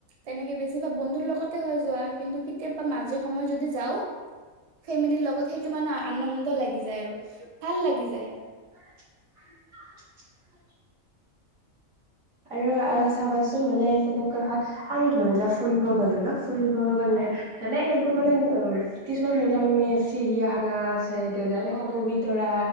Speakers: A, on the right; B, on the right.
A: তেনেকে বেছিভাগ বন্ধুৰ লগতে হৈ যোৱা কিন্তু কেতিয়াবা মাজে সময় যদি যাও ফেমিলিৰ লগত সেইটো মানে আনন্দ লাগি যায় আৰু ভাল লাগি যায়
B: <unintelligible> আৰু আৰু চাবাচোন মানে কেনেকুৱা হয় আমি ধৰি লোৱা ফুৰিব গলো ন ফুৰিব গ'লে
A: অ
B: ধৰি ল এইবোৰ মানে অ কিছুমান ধৰি লোৱা আমি চিৰিয়াখানা আছে এনেকে
A: অ
B: পৰি ধৰা